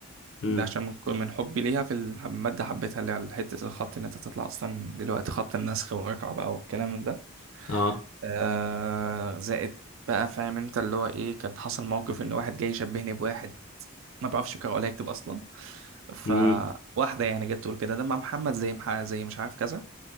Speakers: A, on the left; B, on the right.
A: امم
B: ده عشان من من حبي ليها في الح- الماده حبيتها اللي على حته الخط ان انت تطلع اصلا دلوقتي خط النسخ والرقعه بقى والكلام من ده
A: اه
B: آه زائد بقى فاهم انت اللي هو ايه كان حصل موقف ان واحد جاي يشبهني بواحد ما بعرفش اقرا ولا اكتب اصلا فواحده
A: امم
B: يعني جت تقول كده ده مع محمد زي مح... زي مش عارف كذا